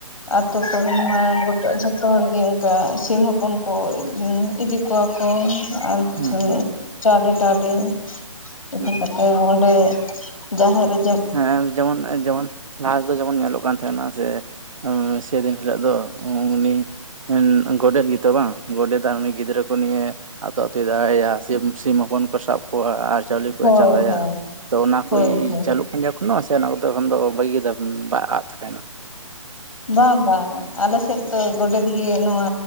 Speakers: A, on the left; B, on the right.
A: ᱟᱛᱳ ᱠᱚᱨᱮ ᱢᱟ ᱜᱚᱴᱟ ᱡᱚ ᱡᱚᱛᱚ ᱦᱚᱲ ᱜᱮ ᱚᱱᱠᱟ ᱥᱤᱢ ᱦᱚᱯᱚᱱ ᱠᱚ ᱤᱫᱤ ᱠᱚᱣᱟ ᱠᱚ ᱟᱨ ᱠᱤᱪᱷᱩ
B: ᱦᱩᱸ ᱦᱩᱸ
A: ᱪᱟᱣᱞᱮ ᱴᱟᱣᱞᱮ ᱤᱫᱤ
B: ᱦᱩᱸ
A: ᱠᱟᱛᱮᱜ ᱚᱸᱰᱮ
B: ᱟᱪᱪᱷᱟ
A: ᱡᱟᱦᱮᱨ ᱨᱮ ᱡᱮ
B: ᱦᱮᱸ ᱡᱮᱢᱚᱱ ᱡᱮᱢᱚᱱ ᱞᱟᱦᱟ ᱛᱮᱫᱚ ᱡᱮᱢᱚᱱ ᱧᱮᱞᱚᱜ ᱠᱟᱱ ᱛᱟᱦᱮᱸᱱᱟ ᱥᱮ ᱥᱮᱫᱤᱱ ᱦᱤᱞᱳᱜ ᱫᱚ ᱩᱱᱤ ᱜᱚᱰᱮᱛ ᱜᱮᱛᱚ ᱵᱟᱝ ᱜᱚᱰᱮᱛ ᱟᱨ ᱩᱱᱤ ᱜᱤᱫᱽᱨᱟᱹ ᱠᱚ ᱱᱤᱭᱮ? ᱟᱛᱳ ᱟᱛᱳᱭ ᱫᱟᱲᱟᱭᱟ ᱥᱤᱢ, ᱥᱤᱢ ᱦᱚᱯᱚᱱ ᱠᱚ ᱥᱟᱵ ᱠᱚᱣᱟ ᱟᱨ ᱪᱟᱣᱞᱮ ᱠᱚᱭ
A: ᱦᱳᱭ
B: ᱪᱟᱸᱫᱟᱭᱟ
A: ᱦᱳᱭ
B: ᱛᱚ ᱚᱱᱟ
A: ᱦᱳᱭ
B: ᱠᱚᱭ
A: ᱦᱳᱭ
B: <unintelligible> ᱥᱮ ᱚᱱᱟ ᱛᱚᱠᱷᱚᱱ ᱫᱚ ᱵᱷᱟᱹᱜᱤ ᱜᱮ ᱫᱟᱜ ᱵᱟᱲᱟᱭᱮᱫ ᱛᱟᱦᱮᱱᱟ
A: ᱵᱟᱝ ᱵᱟᱝ ᱟᱞᱮ ᱥᱮᱫ ᱫᱚ ᱜᱚᱰᱮᱛ ᱜᱮ ᱱᱚᱣᱟ